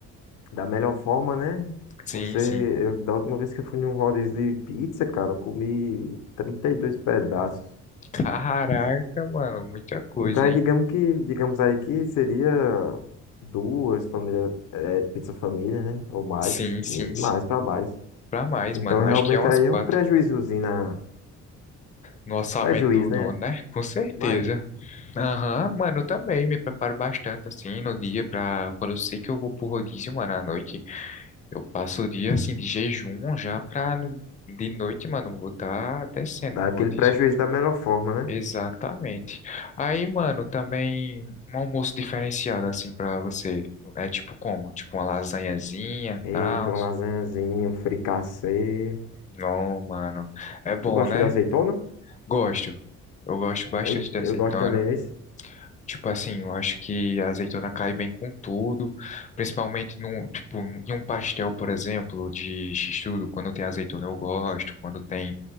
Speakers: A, on the left; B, on the left.
A: da melhor forma, né?
B: Sim,
A: Você,
B: sim.
A: eu, da última vez que eu fui num rodízio de pizza, cara, eu comi 32 pedaços.
B: Caraca, mano, muita coisa,
A: Então, é,
B: hein?
A: digamos que, digamos aí que seria duas famílias, é, pizza família, né? Ou mais,
B: Sim, sim,
A: mais
B: sim.
A: para mais.
B: Pra mais,
A: Então,
B: mano.
A: realmente
B: Acho que é umas
A: aí
B: quatro.
A: é um prejuízozinho na,
B: No orçamento
A: prejuízo,
B: do dono,
A: né?
B: né? Com certeza.
A: Mas
B: Aham, mano, eu também me preparo bastante, assim, no dia pra... Quando eu sei que eu vou pro rodízio, mano, à noite, eu passo o dia, assim, de jejum já pra... no- De noite, mano, eu vou estar descendo
A: dá
B: no rodízio.
A: aquele prejuízo da melhor forma, né?
B: Exatamente. Aí, mano, também um almoço diferenciado, assim, pra você. É tipo como? Tipo uma lasanhazinha,
A: Eita,
B: tal.
A: uma lasanhazinha, um fricassê.
B: Não, mano. É bom,
A: Tu gosta
B: né?
A: de azeitona?
B: Gosto. Eu gosto bastante
A: Ei,
B: de azeitona.
A: Eu gosto também, esse.
B: Tipo assim, eu acho que a azeitona cai bem com tudo, principalmente num, tipo, em um pastel, por exemplo, de x-tudo, quando tem azeitona eu gosto, quando tem